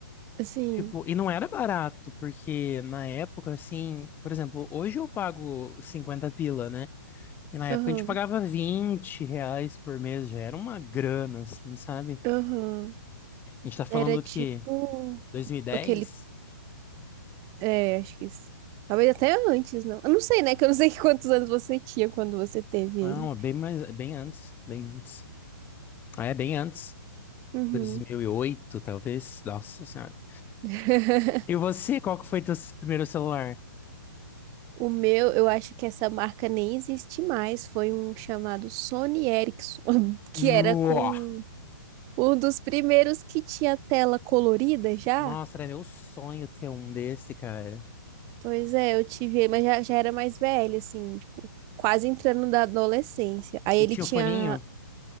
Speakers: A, on the right (about 30°); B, on the left (about 15°).
A: assim,
B: Tipo, e não era barato, porque na época, assim, por exemplo, hoje eu pago 50 pila, né? E na época
A: aham,
B: a gente pagava 20 reais por mês, já era uma grana, assim, sabe?
A: aham.
B: A gente tá falando
A: Era
B: o
A: tipo
B: quê? 2010?
A: aquele É, acho que isso. Talvez até antes, não. Eu não sei, né? Que eu não sei <laughs> quantos anos você tinha quando você teve
B: Não,
A: ele.
B: é bem mais, é bem antes, bem antes. Ah, é bem antes.
A: Uhum.
B: 2008, talvez. Nossa Senhora.
A: <laughs>
B: E você, qual que foi teu primeiro celular?
A: O meu, eu acho que essa marca nem existe mais. Foi um chamado Sony Ericsson, <laughs> que
B: No.
A: era com um dos primeiros que tinha tela colorida já.
B: Nossa, era meu sonho ter um desse, cara.
A: Pois é, eu tive ele, mas já, já era mais velho, assim, tipo, quase entrando da adolescência. Aí
B: E
A: ele
B: tinha
A: tinha
B: o foninho?